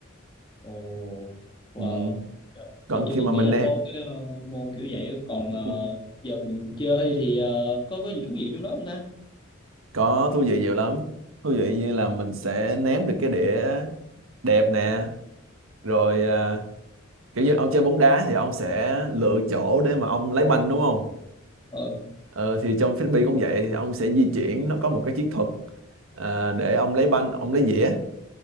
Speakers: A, on the left; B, on the right.
A: Ồ, wow.
B: ừ.
A: Trời,
B: còn
A: Tôi chưa
B: khi
A: từng
B: mà mình
A: nghĩ là
B: ném
A: có cái ờ, môn kiểu vậy. á. Còn ờ,
B: <laughs>
A: giờ mình chơi thì ờ, có có gì thú vị trong đó không ta?
B: có thú vị nhiều lắm thú vị như là mình sẽ ném được cái đĩa đẹp nè rồi à, kiểu như ông chơi bóng đá thì ông sẽ lựa chỗ để mà ông lấy banh đúng không
A: Ờ,
B: ờ, thì trong frisbee cũng vậy thì ông sẽ di chuyển nó có một cái chiến thuật à, để ông lấy banh ông lấy dĩa